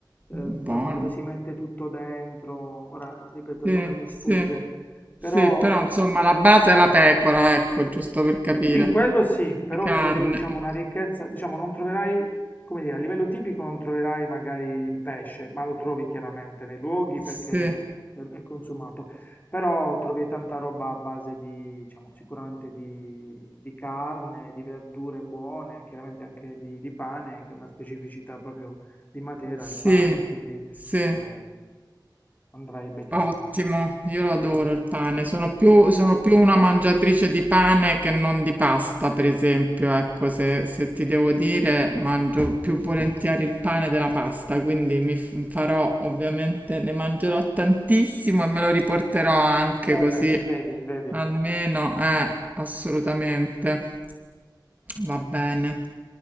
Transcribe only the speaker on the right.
Buono.
Sì,
sì,
sì, però insomma la base è la pecora, ecco, giusto per capire.
Di carne.
ok.
Sì,
sì,
sì.
Ottimo, io
lo adoro il pane. Sono più, sono più una mangiatrice di pane che non di pasta, per esempio. Ecco, se, se ti devo dire, mangio più volentieri il pane della pasta, quindi mi f- farò ovviamente, ne mangerò tantissimo e me lo riporterò anche
così,
almeno, eh, assolutamente. Va bene,